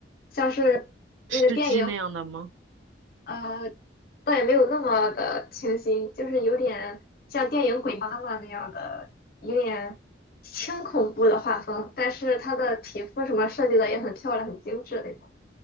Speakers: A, on the left; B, on the right.
A: 像是那个电影。
B: 吃鸡那样的吗？
A: 呃，倒也没有那么的清新，就是有点像电影《鬼妈妈》那样的，有点轻恐怖的画风，但是她的皮肤什么设计的也很漂亮，很精致那种。